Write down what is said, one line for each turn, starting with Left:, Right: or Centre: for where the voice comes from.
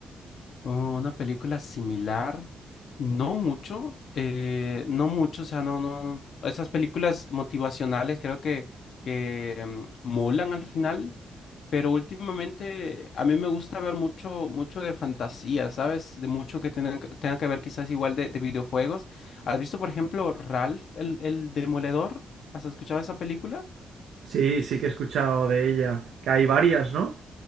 Left: Oh, Una película similar, no mucho, eh, no mucho, o sea, no, no, esas películas motivacionales creo que, que mm, molan al final, pero últimamente a mí me gusta ver mucho, mucho de fantasía, ¿sabes? De mucho que tenga, tenga que ver quizás igual de, de videojuegos. ¿Has visto, por ejemplo, Ralph, el, el Demoledor? ¿Has escuchado esa película?
Right: Sí, sí que he escuchado de ella, que hay varias, ¿no?